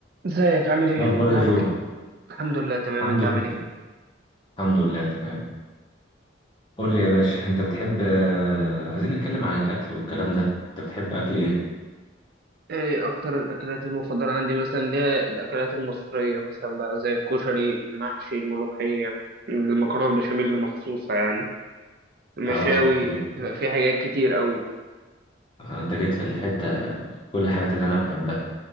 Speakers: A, on the right; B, on the left.
A: ازيك عامل ايه
B: إيه الأخبار
A: اخبارك
B: يا جو
A: ايه الحمد لله تمام
B: الحمد
A: انت
B: لله
A: عامل ايه
B: الحمد لله تمام قول لي يا باشا أنت بتحب آه، عايزين نتكلم عن الأكل والكلام ده أنت بتحب أكل إيه؟
A: ايه اكتر الاكلات المفضله عندي مثلا اللي هي الاكلات المصريه مثلا بقى زي الكشري المحشي الملوخيه المكرونه البشاميل مخصوصه يعني المشاوي
B: أه أنت جيت
A: يبقى في حاجات كتير قوي
B: آه، أنت جيت في الحتة كل الحاجات اللي أنا بحبها